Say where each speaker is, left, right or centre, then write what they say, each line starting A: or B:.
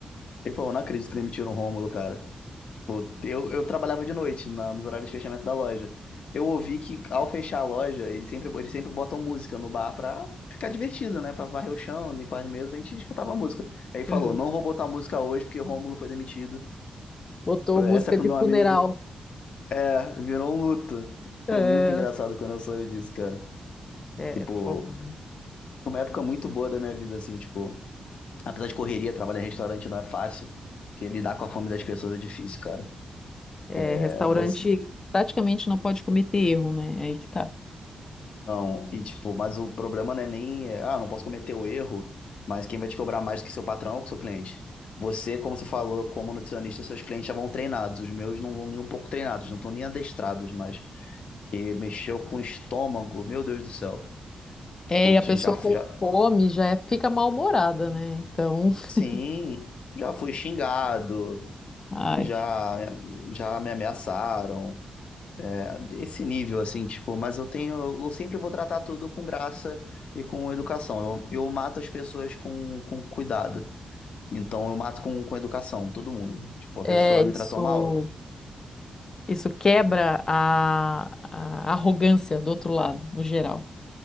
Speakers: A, on the left; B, on the left.
A: Ele falou, não acredito que demitiram o Rômulo, cara. Pô, eu, eu trabalhava de noite, na- nos horários de fechamento da loja. Eu ouvi que ao fechar a loja, eles sempre, eles sempre botam música no bar pra ficar divertido, né? Pra varrer o chão, limpar as mesas, a gente escutava a música. Aí falou,
B: Aham.
A: não vou botar música hoje porque Rômulo foi demitido.
B: Botou
A: Essa
B: música
A: é pro
B: de
A: meu
B: funeral.
A: amigo. É, virou um luto.
B: É,
A: Foi muito engraçado quando eu soube disso, cara.
B: é,
A: Tipo,
B: é fogo, né?
A: foi uma época muito boa da minha vida, assim, tipo... Apesar de correria, trabalhar em restaurante não é fácil, porque lidar com a fome das pessoas é difícil, cara.
B: É,
A: É,
B: restaurante
A: você-
B: praticamente não pode cometer erro, né? É aí que tá.
A: Não, e tipo, mas o problema não é nem, é, ah, não posso cometer o erro, mas quem vai te cobrar mais do que seu patrão ou que seu cliente. Você, como você falou, como nutricionista, seus clientes já vão treinados, os meus não vão nem um pouco treinados, não estão nem adestrados, mas que mexeu com o estômago, meu Deus do céu.
B: É,
A: Pô,
B: e
A: de-
B: a pessoa
A: Já, fu-
B: com
A: já,
B: fome já é- fica mal-humorada, né? Então, <laughs>
A: sim, já fui xingado,
B: ai,
A: já, já me ameaçaram. esse nível, assim, tipo, mas eu tenho, eu sempre vou tratar tudo com graça e com educação. Eu, eu mato as pessoas com, com cuidado. Então eu mato com, com educação, todo mundo. Tipo, a
B: é
A: pessoa
B: isso,
A: me tratou mal,
B: isso quebra a, a arrogância do outro lado, no geral.